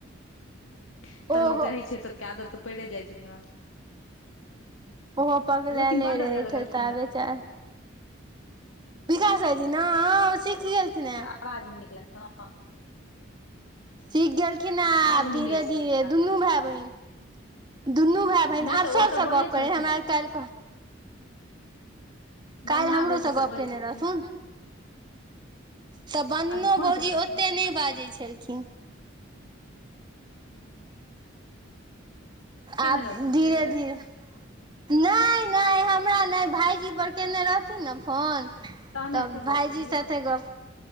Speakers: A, on the left; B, on the right.
A: एतऽ
B: ओहो
A: लोक त रहै छै तके आदत तऽ पड़े जाइ छै ने
B: ओहो पग ले
A: लेकिन
B: ले
A: बड्ड
B: रहे
A: बाजऽ लगलखिन
B: हे तऽ
A: हँ
B: बेचार विकास भायजी ना आ सीखि गेलखिन है
A: आबाज निकलत हँ
B: सीख गेलखिन हे आब
A: आवाज नहि
B: धीरे
A: निकलै छलनि
B: धीरे
A: हुनका
B: दुनू भाय बहिन दुनू भाय बहिन
A: नहि
B: आब
A: तऽ
B: सबसँ
A: ओ तऽ बजै
B: गप करै
A: छलखिन
B: हमरा
A: हेँ
B: काल्हि काल्हि
A: वन्दना
B: हमरोसँ
A: भौजी
B: गप
A: तऽ बजै
B: केने
A: छलखिन
B: रहथुन तऽ बन्दनो
A: अच्छा फोन
B: भौजी
A: केने रहथुन
B: ओते नहि बाजै छलखिन
A: हूँ
B: आब
A: रहथुन
B: धीरे
A: से
B: धीरे नहि नहि हमरा नहि भाइजी पर कयने रहथिन ने फोन
A: तहने
B: तब
A: तू
B: भायजी
A: गप केलिही
B: साथे गप